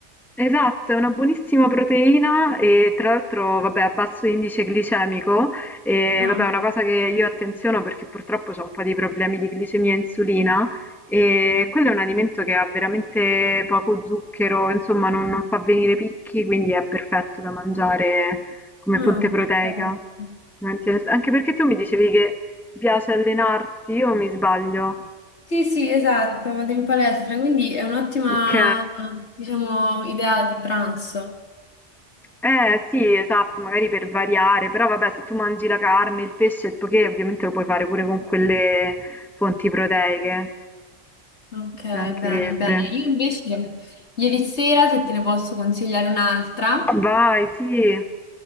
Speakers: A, in the centre; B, on the left.
A: Esatto, è una buonissima proteina e tra l'altro, vabbè, a basso indice glicemico e
B: Ah.
A: vabbè, è una cosa che io attenziono perché purtroppo ho un po' di problemi di glicemia e insulina e quello è un alimento che ha veramente poco zucchero, insomma, non, non fa venire picchi, quindi è perfetto da mangiare come
B: Ah,
A: fonte proteica.
B: perfetto.
A: Ti mantiene- Anche perché tu mi dicevi che ti piace allenarti, io mi sbaglio?
B: Sì, sì, esatto, vado in palestra, quindi è un'ottima,
A: Ok.
B: diciamo, idea di pranzo.
A: Eh sì, esatto, magari per variare, però vabbè, se tu mangi la carne, il pesce, il poké, ovviamente lo puoi fare pure con quelle fonti proteiche,
B: Ok,
A: ci mancherebbe.
B: bene, bene. Io invece ieri sera, se te ne posso consigliare un'altra,
A: Vai, sì.